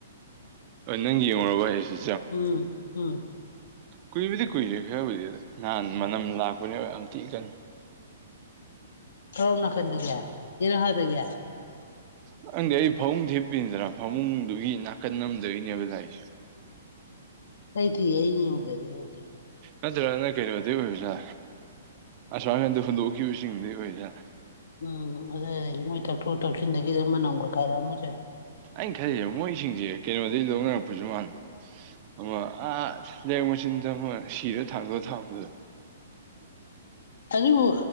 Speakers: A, on the right; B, on the left.
A: ꯍ ꯅꯪ ꯌꯦꯡꯉꯨꯔꯕ ꯍꯥꯏ ꯁꯤꯦ
B: ꯎꯝ ꯎꯝ
A: ꯀꯨꯏꯕꯨꯗꯤ ꯀꯨꯏꯔꯦ ꯈꯔꯕꯨꯗꯤ ꯅꯍꯥꯟ ꯃꯅꯝ ꯂꯥꯛꯄꯅꯦꯕ ꯌꯥꯝ ꯇꯤꯛꯏ ꯀꯅꯨ
B: ꯊꯣꯔꯝꯅꯅꯥ ꯈꯟꯗꯒꯦ ꯌꯦꯔ ꯍꯥꯏꯥꯏꯗꯒꯦ
A: ꯅꯪꯗꯤ ꯑꯩ ꯐꯃꯨꯡ ꯊꯤꯄꯤꯗ꯭ꯔ ꯐꯃꯨꯡꯗꯨꯒꯤ ꯅꯥꯀꯟ ꯅꯝꯗꯣꯏꯅꯦꯕ ꯂꯥꯛꯏꯁꯦ
B: ꯍꯩꯇ ꯌꯦꯉ ꯑꯣꯏꯗꯗꯤ ꯑꯣꯏꯗꯤ
A: ꯅꯠꯇ꯭ꯔꯒꯅ ꯀꯩꯅꯣꯗꯩ ꯑꯣꯏꯕꯖꯥ ꯑꯁꯃꯔꯥꯟꯗ ꯍꯨꯟꯗꯣꯛꯈꯤꯕꯁꯤꯡꯗꯩ ꯑꯣꯏꯕꯖꯥ
B: ꯎꯝ ꯑꯗꯨ ꯃꯣꯏ ꯇꯥꯛꯊꯣꯛ ꯇꯧꯁꯤꯟꯗꯒꯤꯗꯤ ꯃꯅꯝ ꯀꯈꯥꯏꯔꯛꯑꯝꯃꯁꯦ
A: ꯑꯩꯅ ꯈꯜꯂꯤꯁꯕ ꯃꯣꯏꯁꯤꯡꯁꯦ ꯀꯩꯅꯣꯗꯒꯤꯩ ꯂꯧꯅꯔꯛꯄꯁꯨ ꯃꯥꯟꯕ ꯑꯃ ꯑꯥ ꯂꯩꯔꯛ ꯃꯆꯤꯟꯗ ꯑꯃ ꯁꯤꯔꯣ ꯊꯥꯡꯗꯣ ꯊꯥꯡꯕꯗꯣ
B: ꯑꯗꯨꯕꯨ